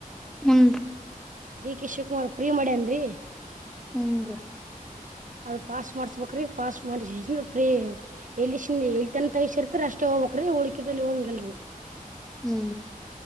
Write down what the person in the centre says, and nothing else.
ಹಂ
ಹ್ಮ್ ರ
ಹ್ಮ್